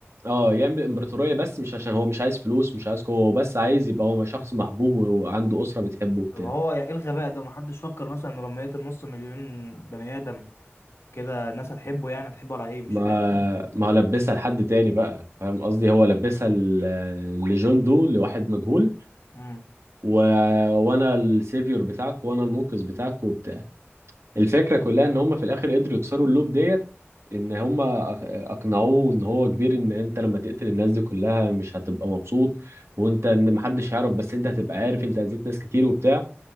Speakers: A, on the right; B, on the left.
A: اه يعمل امبراطوريه بس مش عشان هو مش عايز فلوس مش عايز قوه هو بس عايز يبقى هو شخص محبوب وعنده اسره بتحبه وبتاع
B: طب هو يا- ايه الغباء ده ما حدش فكر مثلا إنه لما يقتل نص مليون بني ادم كده الناس هتحبه يعني هتحبه على ايه مش
A: ما
B: فاهم
A: ما هو لبسها لحد تاني بقى فاهم قصدي هو لبسها ل- لجون دو لواحد مجهول
B: امم
A: و... وانا السيفيور بتاعك وانا المنقذ بتاعك وبتاع الفكره كلها ان هم في الاخر قدروا يكسروا اللوب ديت ان هم أق- اقنعوه ان هو كبير ان انت لما تقتل الناس دي كلها مش هتبقى مبسوط وانت ان محدش هيعرف بس انت هتبقى عارف انت اذيت ناس كتير وبتاع